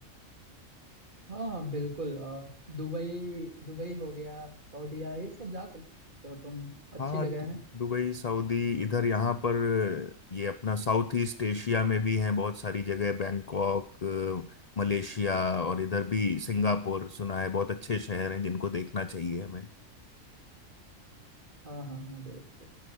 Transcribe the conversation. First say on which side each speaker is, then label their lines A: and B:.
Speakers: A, on the right; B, on the left.
A: हाँ हाँ बिल्कुल अ, दुबई दुबई हो गया सऊदीया ये सब जा सकते हो तुम अच्छी
B: हाँ
A: जगह
B: दु-
A: है
B: दुबई सऊदी इधर यहाँ पर ये अपना साउथ ईस्ट एशिया में भी हैं बहुत सारी जगह बैंकॉक अ, मलेशिया और इधर भी सिंगापुर सुना है बहुत अच्छे शहर हैं जिनको देखना चाहिए हमें
A: हाँ हाँ हाँ बिल्कुल